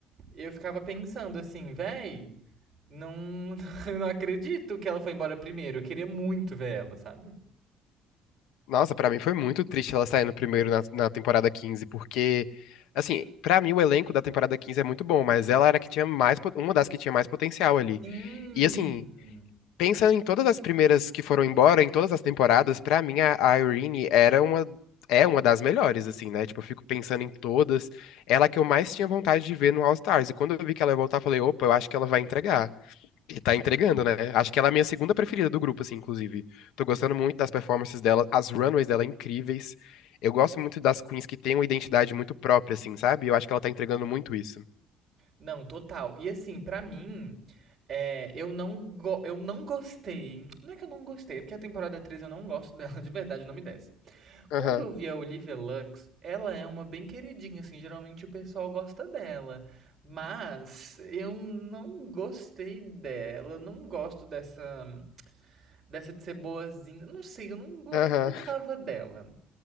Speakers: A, on the right (about 25°); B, on the left (about 85°).
A: Eu ficava pensando assim, véi, não, <laughs> não acredito que ela foi embora primeiro. Eu queria muito ver ela, sabe?
B: Nossa, pra mim foi muito triste ela sair no primeiro na, na temporada 15 porque, assim, pra mim o elenco da temporada 15 é muito bom, mas ela era a que tinha mais, po- uma das que tinha mais potencial ali.
A: Sim.
B: E, assim, Pensa em todas as primeiras que foram embora, em todas as temporadas, pra mim a a Irene era uma é uma das melhores assim, né? Tipo, eu fico pensando em todas, ela que eu mais tinha vontade de ver no All Stars. E quando eu vi que ela ia voltar, eu falei, opa, eu acho que ela vai entregar. E tá entregando, né? Acho que ela é a minha segunda preferida do grupo assim, inclusive. Tô gostando muito das performances dela, as runways dela é incríveis. Eu gosto muito das queens que têm uma identidade muito própria assim, sabe? Eu acho que ela tá entregando muito isso.
A: Não, total. E assim, pra mim, é, eu não go- eu não gostei. Não é que eu não gostei, é porque a temporada 3 eu não gosto dela, <laughs> de verdade, não me desce.
B: Aham.
A: Quando eu vi a Olivia Lux, ela é uma bem queridinha, assim, geralmente o pessoal gosta dela. Mas eu não gostei dela, não gosto dessa. Dessa de ser boazinha. Não sei, eu não, go-
B: Aham,
A: eu não gostava dela.